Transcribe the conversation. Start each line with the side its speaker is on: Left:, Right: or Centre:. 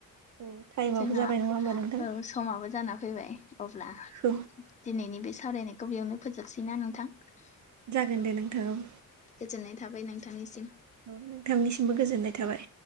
Right: औ टाइमाबो
Left: जोंहा
Right: जाबाय नङा होमबा नोंथां
Left: औ स समाबो जाना फैबाय अब्ला
Right: औ
Left: दिनैनि बे सावरायनायखौ बेयावनो फोजोबसैना नोंथां?
Right: जागोन
Left: औ
Right: दे नोंथां औ।
Left: गोजोननाय थाबाय नोंथांनिसिम।
Right: औ नोंथांनिसिमबो गोजोननाय थाबाय।